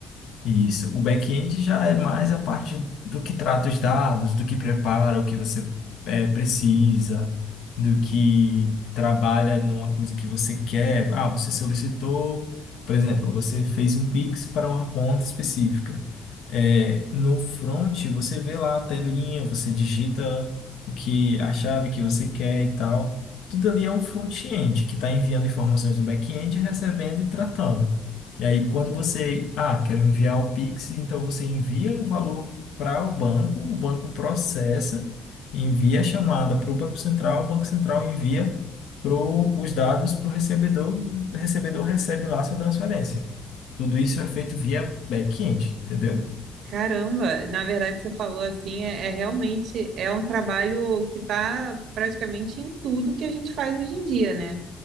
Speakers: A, on the left (about 75°); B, on the right (about 70°).
A: Isso. O back-end já é mais a parte do que trata os dados, do que prepara, o que você eh, precisa, do que trabalha numa coisa que você quer. Ah, você solicitou, por exemplo, você fez um Pix para uma conta específica. Eh, no front, você vê lá a telinha, você digita o que a chave que você quer e tal. Tudo ali é um front-end que está enviando informações do back-end, recebendo e tratando. E aí, quando você, ah, quero enviar o Pix, então você envia o valor para o banco, o banco processa, envia a chamada para o Banco Central, o Banco Central envia pro, os dados para o recebedor, o recebedor recebe lá a sua transferência. Tudo isso é feito via back-end, entendeu?
B: Caramba, na verdade você falou assim, é, é realmente é um trabalho que está praticamente em tudo que a gente faz hoje em dia, né?